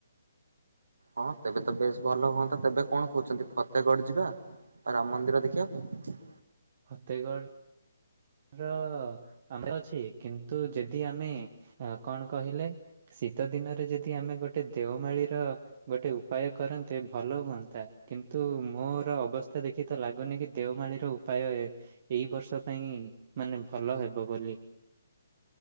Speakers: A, on the right; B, on the right.
A: ହଁ ତେବେ ତ ବେଶ ଭଲ ହୁଅନ୍ତା। ତେବେ କଣ କହୁଛନ୍ତି ଫତେଗଡ ଯିବା। ରାମ ମନ୍ଦିର ଦେଖିବା ପାଇଁ।
B: ଫତେଗଡ ର ଅ ଆମର ଅଛି। କିନ୍ତୁ ଯଦି ଆମେ କଣ କହିଲେ ଶୀତ ଦିନରେ ଯଦି ଆମେ ଗୋଟେ ଦେଓମାଳି ର ଗୋଟେ ଉପାୟ କରନ୍ତେ ଭଲ ହୁଅନ୍ତା। କିନ୍ତୁ ମୋର ଅବସ୍ଥା ଦେଖି ତ ଲାଗୁନି ନିକି ଦେଓମାଳିର ଉପାୟ ଏଇ ବର୍ଷ ପାଇଁ ମାନେ ଭଲ ହେବ ବୋଲି।